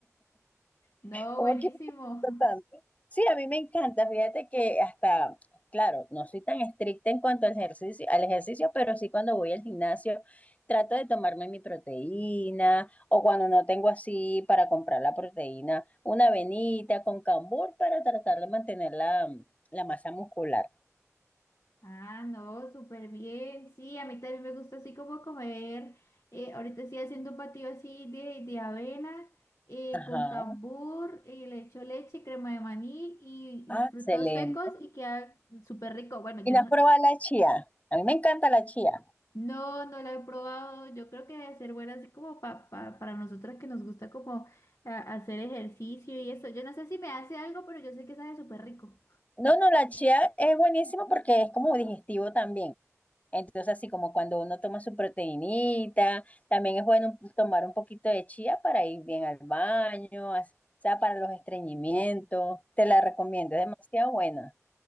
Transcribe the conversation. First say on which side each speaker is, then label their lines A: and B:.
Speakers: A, on the left; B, on the left.
A: No,
B: Como
A: buenísimo.
B: que importante. Sí, a mí me encanta. Fíjate que hasta, claro, no soy tan estricta en cuanto al ejercicio, al ejercicio, pero sí cuando voy al gimnasio trato de tomarme mi proteína o cuando no tengo así para comprar la proteína, una avenita con cambur para tratar de mantener la, la masa muscular.
A: Ah, no, súper bien. Sí, a mí también me gusta así como comer. eh, ahorita estoy haciendo un batido así de, de avena eh,
B: Ajá.
A: con cambur, eh, le echo leche, crema de maní y,
B: Ah,
A: y frutos
B: excelente.
A: secos y queda súper rico. Bueno, yo
B: ¿Y no
A: no,
B: has probado la chía? A mí me encanta la chía.
A: no, no la he probado. Yo creo que debe ser buena así como pa- pa- para nosotras que nos gusta como ah, hacer ejercicio y eso. Yo no sé si me hace algo, pero yo sé que sabe súper rico.
B: No, no, la chía es buenísima porque es como digestivo también. Entonces, así como cuando uno toma su proteinita, también es bueno tomar un poquito de chía para ir bien al baño, as- o sea, para los estreñimientos. Te la recomiendo, es demasiado buena.